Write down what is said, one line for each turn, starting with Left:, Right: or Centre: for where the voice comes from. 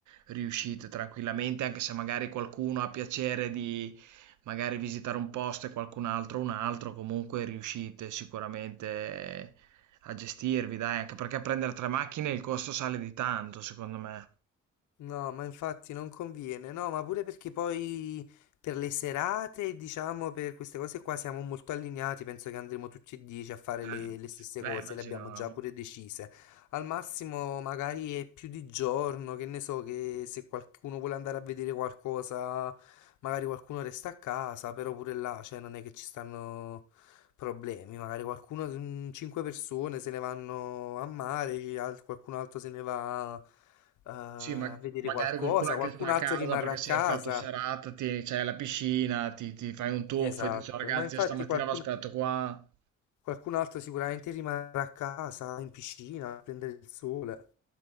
Right: riuscite tranquillamente, anche se magari qualcuno ha piacere di magari visitare un posto e qualcun altro un altro, comunque riuscite sicuramente a gestirvi, dai, anche perché prendere tre macchine il costo sale di tanto, secondo me.
Left: No, ma infatti non conviene, no, ma pure perché poi per le serate, diciamo, per queste cose qua siamo molto allineati, penso che andremo tutti e dieci a fare
Right: Eh,
Left: le, le stesse
Right: beh,
Left: cose,
Right: immagino.
Left: le abbiamo già pure decise. Al massimo magari è più di giorno, che ne so, che se qualcuno vuole andare a vedere qualcosa, magari qualcuno resta a casa, però pure là, cioè non è che ci stanno problemi, magari qualcuno, mm, cinque persone se ne vanno a mare, al- qualcun altro se ne va eh, a
Right: Sì, ma
Left: vedere
Right: magari
Left: qualcosa,
Right: qualcuno anche
Left: qualcun
Right: sta a
Left: altro
Right: casa
Left: rimarrà
Right: perché
Left: a
Right: se
Left: casa.
Right: hai fatto serata, ti, c'hai la piscina, ti, ti fai un tuffo
Left: Esatto,
Right: e dici, "Oh, ragazzi,
Left: ma infatti
Right: io stamattina
Left: qualcun,
Right: vi aspetto qua.
Left: qualcun altro sicuramente rimarrà a casa in piscina a prendere il sole.